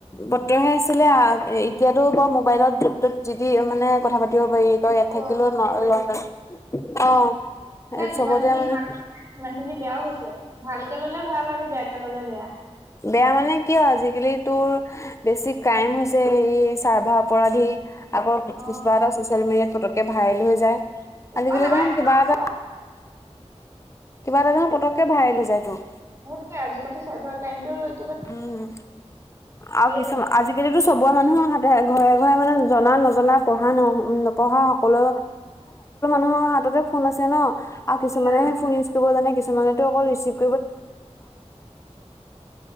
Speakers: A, on the left (about 25°); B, on the right (about 25°).
A: বতৰহে আছিলে এতিয়াতো বাৰু মোবাইলতত যিদি মানে কথা পাতিব পাৰি তই ইয়াত
B: কথা
A: থাকিলো
B: পাতিব
A: লড অ
B: নাই যিমান
A: চবতে
B: খিনি
A: মানে
B: ভাল হৈছে সিমান খিনি বেয়াও হৈছে ভালকে ললে ভাল আৰু বেয়া একে ললে বেয়া
A: বেয়া মানে কিয় আজিকালি তোৰ বেছি ক্ৰাইম হৈছে যে এই চাৰ্ভা অপৰাধী আকৌ
B: অ
A: কিছু এটা ছচিয়েল মিডিয়াত পতককে ভাইৰেল হৈ যায় আজিকালি
B: অ নামাৰে
A: দেখোন
B: নামাৰো।
A: কিবা এটা কিবা এটা নৰ পতককে ভৰাই লৈ যায় তো
B: সেইটো আজিকালি চাইবাৰ ক্ৰাইমতটো
A: উম আৰু কিয়
B: যায়
A: আজিকালিটো চব বৰ মানুহৰ হাতে ঘৰে ঘৰে মানে জনা নজনা পঢ়া ন নপঢ়া সকলো মানে
B: সেই আৰু
A: সকলো <unintelligible> ম টি